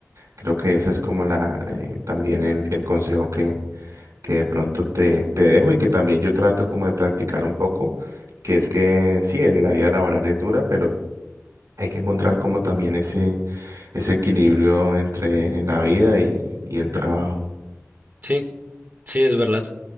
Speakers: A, on the right; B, on the right.
A: creo que ese es como la, eh, también el, el consejo que, que de pronto te, te dejo y que también yo trato como de practicar un poco, que es que sí, en la vida laboral es dura, pero hay que encontrar como también ese, ese equilibrio entre la vida y, y el trabajo.
B: Sí, sí, es verdad.